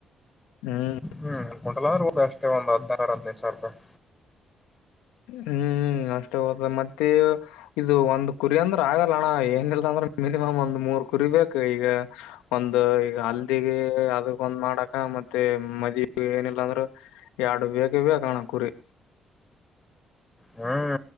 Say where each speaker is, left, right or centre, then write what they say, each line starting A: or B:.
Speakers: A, on the left; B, on the left.
A: ಹ್ಮ್
B: ಹ್ಮ್ ಕ್ವಿಂಟಲ್ ಅಷ್ಟೇ ಒಂದು ಹದಿನಾರ ಹದಿನೈದು ಸಾವಿರ ರೂಪಾಯಿ
A: ಹ್ಮ್ ಅಷ್ಟೇ ಹೋದ ಮತ್ತೆ ಇದು ಒಂದ್ ಕುರಿ ಅಂದ್ರ ಆಗಲ್ಲ ಅಣ್ಣ ಏನಿಲ್ಲ ಅಂದ್ರ ಮಿನಿಮಮ್ ಒಂದ್ ಮೂರ್ ಕುರಿ ಬೇಕು ಈಗ ಒಂದ ಈಗ ಹಲ್ದಿಗೆ ಅದಕ್ಕೊಂದ್ ಮಾಡಕ ಮತ್ತೆ ಮದ್ವಿಗೆ ಏನಿಲ್ಲಾಂದ್ರ ಎರಡು ಬೇಕೇ ಬೇಕೇ ಅಣ್ಣ ಕುರಿ
B: ಹ್ಮ್